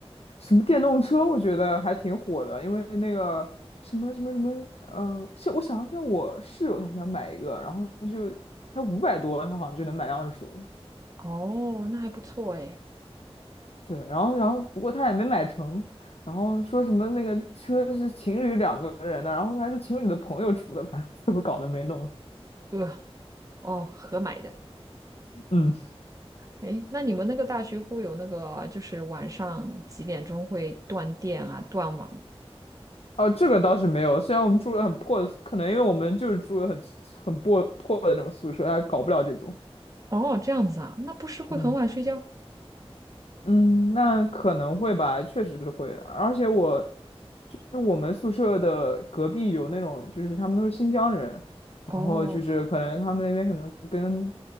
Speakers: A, on the left (about 70°); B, on the right (about 35°).
A: 什么电动车，我觉得还挺火的，因为那个什么什么什么，呃，像我想像我室友他想买一个，然后就才五百多，他好像就能买辆二手的。
B: 哦，那还不错哎。
A: 对，然后然后不过他也没买成，然后说什么那个车是情侣两个人的，然后还是情侣的朋友出的，反正 <laughs> 最后搞得没弄。
B: 呃，哦，合买的。
A: 嗯。
B: 诶，那你们那个大学会不会有那个，就是晚上几点钟会断电啊、断网？
A: 哦，这个倒是没有。虽然我们住的很破的宿，可能因为我们就是住的很很破破的那种宿舍，他搞不了这种。
B: 哦，这样子啊，那不是会很晚睡觉？
A: 嗯嗯，那可能会吧，确实是会。而且我就是我们宿舍的隔壁有那种，就是他们都是新疆人，
B: 哦，
A: 然后就是可能他们那边可能跟